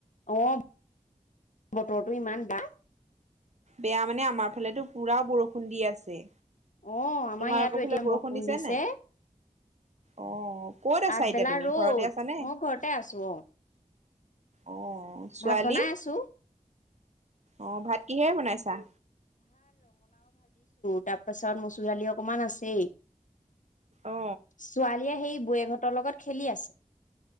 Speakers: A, on the left (about 70°); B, on the right (about 55°).
A: অ', বতৰটো ইমান বা
B: বেয়া মানে আমাৰ ফালেটো পুৰা বৰষুণ দি আছে।
A: অ', আমাৰ
B: তোমালোকৰ
A: ইয়াতো এতিয়া
B: ফালে
A: বৰষুণ দিছে,
B: নাই অ ক'ত আছা
A: আগবেলা
B: এতিয়া তুমি
A: ৰ'দ
B: ঘৰতে আছানে
A: মই ঘৰতে আছোঁ অ'।
B: অ ছোৱালী
A: ভাত বনাই আছোঁ।
B: অ', ভাত কিহেৰে বনাইছা?
A: তাৰপাছত মচুৰদালি অকণমান আছেই।
B: অ
A: ছোৱালীয়ে সেই বৈয়ে হঁতৰ লগত খেলি আছে।